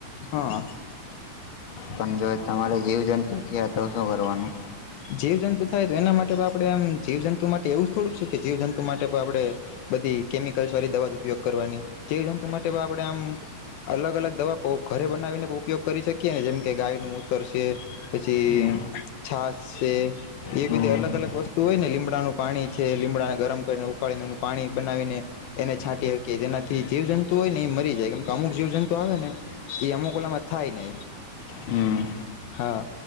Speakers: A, on the left; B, on the left.
A: <inaudible>
B: પણ જો તમારે જીવજંતુ થીયા તો શું કરવાનું?
A: જીવ જંતુ થાય તો એના માટે પણ આપડે એમ જીવ જંતુ માટે એવું જ થોડુંક છે કે જીવ જંતુ માટે પણ આપડે બધી કેમિકલ્સ વાળી દવા ઉપયોગ કરવાની જીવ જંતુ માટે આપણે આમ અલગ અલગ દવા ઘરે બનાવીને ઉપયોગ કરી શકીએ ને જેમ કે ગાય નુ મૂતર છે પછી
B: હમ
A: છાસ છે. એ
B: હમ
A: બધી અલગ અલગ વસ્તુ હોય ને લીમડાનું પાણી છે લીમડાને ગરમ કરીને ઉકાળીને એનું પાણી બનાવીને એને છાંટી હકીએ જેનાથી જીવ જંતુ હોય ને એ મરી જાય કેમ કે અમુક જીવ જંતુ આવે ને એ અમુક ઓલામાં થાય ને
B: હમ
A: હા